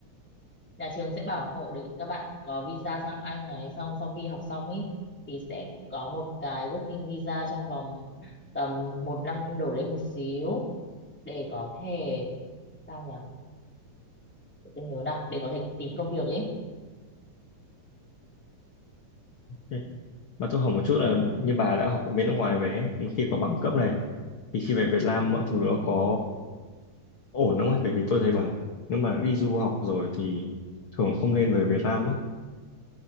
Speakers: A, in the centre; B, on the left.
A: nhà trường sẽ bảo hộ để các bạn có visa sang Anh này xong sau khi học xong ý thì sẽ cũng có một cái working visa trong vòng tầm một năm đổ lên một xíu để có thể sao nhỉ để tôi nhớ nào để có thể tìm công việc ấy
B: Ừ. Mà tôi hỏi một chút là như bà đã học ở bên nước ngoài về ấy, mà khi có bằng cấp này thì khi về Việt Nam
A: ừ.
B: mọi thứ nó có ổn không ấy? Bởi vì tôi thấy bảo nếu mà đi du học rồi thì thường không nên về Việt Nam ấy.